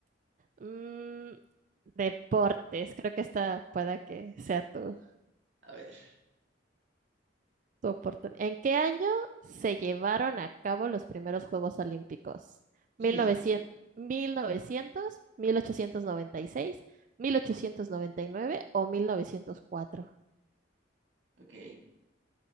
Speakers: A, on the right; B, on the right.
A: mm, deportes, creo que esta pueda que sea tu,
B: A ver,
A: tu oportunidad. ¿En qué año se llevaron a cabo los primeros Juegos Olímpicos?
B: híjole.
A: Mil mil mil mil novecientos, novecientos, ochocientos noventa y seis, mil ochocientos noventa y nueve o 1904.
B: Ok,